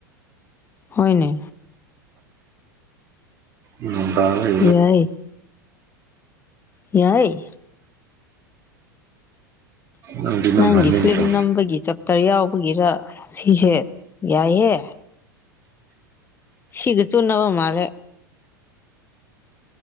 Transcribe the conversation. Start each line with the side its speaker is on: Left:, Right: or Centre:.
Left: ꯍꯣꯏꯅꯦ
Right: ꯅꯣꯡ ꯇꯕꯒꯤ
Left: ꯌꯥꯏ ꯏ
Right: ꯅꯪꯗꯤ ꯅꯝ
Left: ꯅꯪꯒꯤ
Right: ꯍꯟꯅꯤꯡꯗ꯭ꯔꯣ
Left: ꯐꯤꯂꯝ ꯅꯝꯕꯒꯤ ꯆꯞ ꯇꯔ ꯌꯥꯎꯕꯒꯤꯔ ꯁꯤꯁꯦ ꯌꯥꯏꯍꯦ ꯁꯤꯒꯇꯨ ꯅꯕ ꯃꯥꯒꯦ